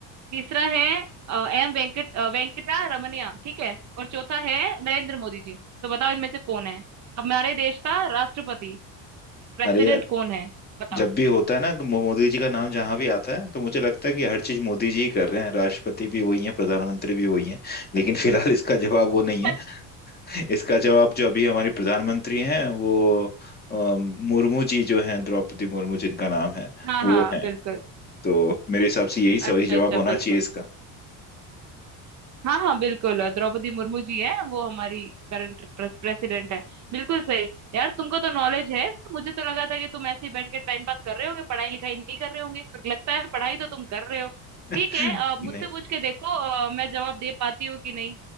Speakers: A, on the right; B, on the left.
A: तीसरा है अ, एम वेंकट अ, वेंकटा रमनिया ठीक है और चौथा है नरेंद्र मोदी जी तो बताओ इनमें से कौन है हमारे देश का राष्ट्रपति प्रेसिडेंट
B: अरे यार
A: कौन है बताओ
B: जब भी होता है ना मो- मोदी जी का नाम जहाँ भी आता है तो मुझे लगता है कि हर चीज मोदी जी ही कर रहे हैं राष्ट्रपति भी वही हैं प्रधानमंत्री भी वही हैं लेकिन फिलहाल इसका जवाब वो नहीं
A: <laughs>
B: है इसका जवाब जो अभी हमारी प्रधानमंत्री हैं वो अ, मुर्मू जी जो हैं द्रौपदी मुर्मू जिनका नाम है
A: हाँ
B: वो
A: हाँ
B: हैं
A: बिल्कुल
B: तो मेरे हिसाब से यही सही
A: अच्छा
B: जवाब
A: अच्छा
B: होना
A: बिल्कुल
B: चाहिए इसका
A: हाँ हाँ बिल्कुल द्रौपदी मुर्मू जी हैं वो हमारी करंट प्रेसिडेंट है बिल्कुल सही यार तुमको तो नॉलेज है मुझे तो लगा था कि तुम ऐसे ही बैठ के टाइम पास कर रहे होंगे पढ़ाई लिखाई नहीं कर रहे होंगे पर लगता है पढ़ाई तो तुम कर रहे हो
B: <laughs>
A: ठीक है अ, मुझसे
B: नहीं
A: पूछ के देखो अ, मैं जवाब दे पाती हूँ कि नहीं